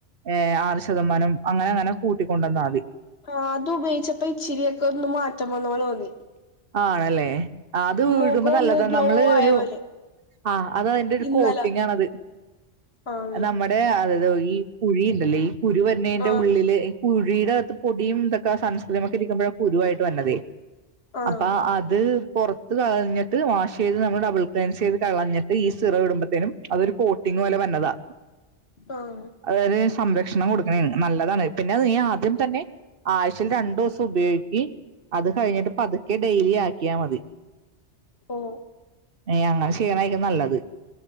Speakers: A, on the right (about 55°); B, on the left (about 60°).
A: ഏ ആറ് ശതമാനം അങ്ങനെ അങ്ങനെ കൂട്ടിക്കൊണ്ടന്നാൽ മതി.
B: ആഹ് അത് ഉപയോഗിച്ചപ്പം ഇച്ചിരിയൊക്കെ ഒന്ന് മാറ്റം വന്ന പോലെ തോന്നി
A: ആണല്ലേ അത്
B: മുഖം
A: ഇടുമ്പോ നല്ലതാ
B: ഒന്ന് ഗ്ലോ
A: നമ്മള്
B: ആയ
A: ഒരു
B: പോലെ
A: ആഹ് അത് അതിന്റെ ഒരു
B: ഇന്നലെ
A: കോട്ടിങ്ങ് ആണത്
B: ആണല്ലേ
A: അത്‌ നമ്മ ടെ അത് ഈ കുഴി ഇണ്ടല്ലേ ഈ കുരു വന്നെന്റെ
B: ആഹ്
A: ഉള്ളില് കുഴിയുടെ അത് പൊടിയും ഇതൊക്കെ സൺസ്ക്രീം ഒക്കെ ഇരിക്കുമ്പോഴ കുരുവ ആയിട്ട് വര്ണതെ
B: ആഹ്
A: അപ്പാ അത് പുറത്ത് കളഞ്ഞിട്ട് വാഷ് ചെയ്ത് നമ്മൾ ഡബിൾ ക്ലൈൻസ് ചെയ്ത് കളഞ്ഞിട്ട് ഈ സിറം ഇടുമ്പത്തേനും അതൊരു കോട്ടിങ്ങ് പോലെ വന്നതാ
B: ആഹ്
A: അതായത് സംരക്ഷണം കൊടുക്കണയാണ് നല്ലതാണ് പിന്നെ നീ ആദ്യം തന്നെ ആഴ്ചയിൽ രണ്ടു ദിവസം ഉപയോഗിക്കി അത് കഴിഞ്ഞിട്ട് പതുക്കെ ഡെയിലി ആക്കിയാൽ മതി.
B: ഓ
A: ഇനി അങ്ങനെ ചെയ്യണായിരിക്കും നല്ലത്